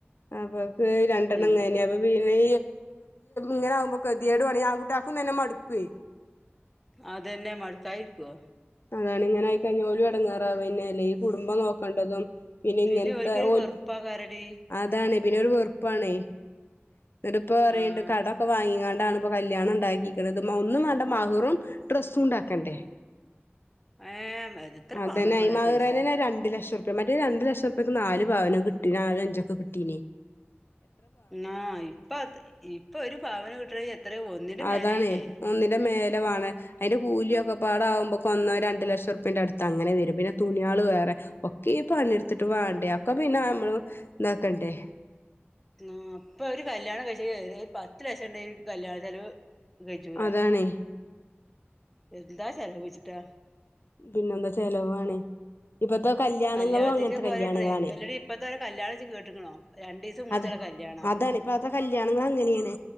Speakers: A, on the left; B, in the centre.
A: അപ്പൊക്ക് രണ്ടെണ്ണംങ്ങനെ
B: എങ്
A: അപ്പൊ പിന്നെ ങ്ങനാവുമ്പോ കെത്യേടു ആണ് ഈ ആങ്കുട്ട്യാക്കും തന്നെ മടുക്കേ
B: അതെന്നെ മട്ക്കായിര്ക്കോ
A: അതാണ് ങ്ങനായിക്കയ്ഞ്ഞ ഓലും എടങ്ങാറാവെന്നല്ലേ ഈ കുടുംബം നോക്കണ്ടതും
B: പിന്നെ
A: ഇങ്ങനത്തെ
B: ഓല്ക്കൊരു വെറുപ്പാകാരടി
A: ഓൽക്ക് അതാണ് പിന്നൊരു വെറുപ്പാണെ ന്നട്ട് ഇപ്പറിണ്ട്
B: ആഹ്
A: കടൊക്കെ വാങ്ങികാണ്ടാണ് പ്പൊ കല്യാണം ഇണ്ടാക്കിക്കണത് ഒന്നും വേണ്ട മഹറും ഡ്രസ്സും ഉണ്ടാക്കണ്ടേ
B: ഏഹ് എത്ര
A: അതന്നെ
B: വാണം മോളെ
A: ഈ മഹർനെന്നെ
B: പൈസ
A: രണ്ടു ലക്ഷം മറ്റേ രണ്ട് ലക്ഷൊർപ്യെക്ക് നാല് പവനം കിട്ടി നാലൊ അഞ്ചൊക്കെ കിട്ടീനി
B: ആ ഇപ്പ ഇപ്പൊരു പവൻ കിട്ടണെ എത്ര ഒന്നിന്റെ മേലായിലെ
A: അതാണേ ഒന്നിന്റെ മേലെ വാണേ അയ്ന്റെ കൂലിയൊക്കെപ്പാടാകുമ്പൊ ക്കൊന്നൊ രണ്ട് ലക്ഷുർപ്യേന്റെട്ത്തങ്ങനെ വരും പിന്നെ തുണ്യാള് വേറെ ഒക്കീ പണിട്ത്തിട്ട് വാണ്ടേ അക്കെ പിന്നെ നമ്മള് താക്കണ്ടേ
B: ആ അപ്പൊരു കല്യാണം കൈച്ചണേ ഒരു പത്ത് ലക്ഷം ണ്ടേലും കല്യാണ ചെലവ് കജ്ജൂല
A: അതാണേ
B: എന്താ ചെലവേച്ചിട്ടാ
A: പിന്നെന്താ ചെലവാണേ ഇപ്പത്തെ കല്യാണങ്ങളും
B: കല്യാണത്തിന്റെ
A: അങ്ങൻത്തെ
B: ഒക്കെ
A: കല്യാണങ്ങളാണേ
B: ഓരോ ട്രെ അല്ലെടി ഇപ്പത്തെ ഓരോ കല്യാണം ഇജ്ജ് കേട്ട്ക്കണോ രണ്ടീസം മൂന്നീസള്ള
A: അതെ
B: കല്യാണാ
A: അതാണ് ഇപ്പത്തെ കല്യാണങ്ങളങ്ങനേണ്